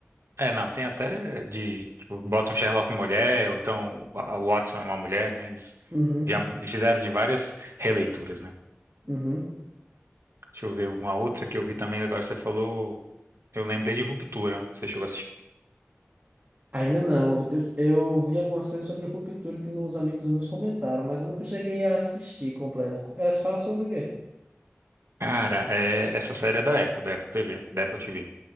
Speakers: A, on the right; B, on the right.
A: É, não, tem até é, de... Tipo, bota um Sherlock mulher, ou então a- o Watson é uma mulher, né? Eles
B: Uhum,
A: já mu- fizeram de várias releituras, né?
B: uhum.
A: Deixa eu ver uma outra que eu vi também, agora você falou... Eu lembrei de Ruptura, você chegou a assistir.
B: Ainda não. Eu, te- eu vi algumas coisas sobre Ruptura que meus amigos meus comentaram, mas eu nunca cheguei a assistir completo. Co- Elas falam sobre o quê?
A: Cara, é, essa série é da Apple, da Apple TV, da Apple TV.